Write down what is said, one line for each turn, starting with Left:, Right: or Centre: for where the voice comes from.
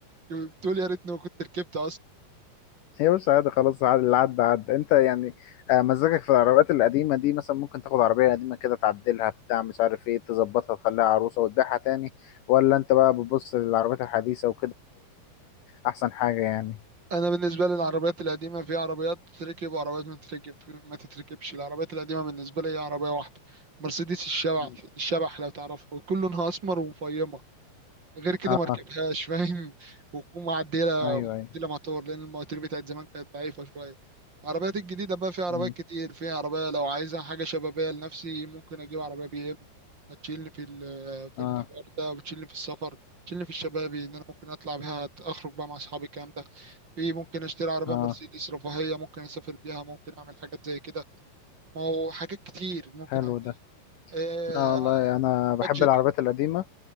Right: بتقول يا ريتني ما كنت ركبت
Left: هي مش عادي خلاص عاد- اللي عدى عدى انت يعني آه، مزاجك في العربيات القديمة دي مثلا ممكن تاخد عربية قديمة كده تعدلها بتاع مش عارف ايه تظبطها تخليها عروسة وتبيعها تاني ولا انت بقى بتبص للعربيات الحديثة وكده احسن حاجة يعني
Right: انا بالنسبه لي العربيات القديمه في عربيات تتركب وعربيات ما تتركب ما تتركبش العربيات القديمه بالنسبه لي هي عربيه واحده مرسيدس الشبح
Left: مم.
Right: الشبح لو تعرفها ويكون لونها اسمر ومفيمه غير كده
Left: اه
Right: ما ركبتهاش فاهم <laughs> وتكون معدله
Left: ايوه ايوه
Right: معدله موتور لان المواتير بتاعت زمان كانت ضعيفه شويه العربيات الجديده بقى في عربيات
Left: مم.
Right: كتير في عربيه لو عايزها حاجه شبابيه لنفسي ممكن اجيب عربيه بي ام هتشيلني في ال- في
Left: اه
Right: الحوار ده وتشيلني في السفر تشيلني في الشبابي ان انا ممكن اطلع بيها اخرج بقى مع اصحابي الكلام ده في ممكن اشتري عربية
Left: اه
Right: مرسيدس رفاهية ممكن اسافر بيها ممكن اعمل حاجات زي كده ما هو حاجات كتير ممكن
Left: حلو
Right: اعمل
Left: ده
Right: آه
Left: لا والله انا بحب
Right: بادجت
Left: العربيات القديمة